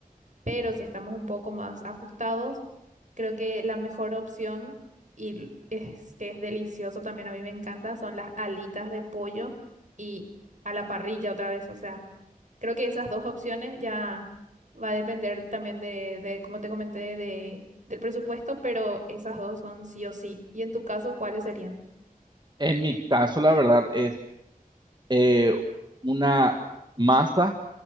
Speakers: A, on the right; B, on the right.
A: pero si estamos un poco más ajustados, creo que la mejor opción, y l- es que es delicioso también, a mí me encanta, son las alitas de pollo y a la parrilla otra vez. O sea, creo que esas dos opciones ya va a depender también de, de como te comenté, de, del presupuesto, pero esas dos son sí o sí. ¿Y en tu caso, cuáles serían?
B: En mi caso, la verdad, es eh, una masa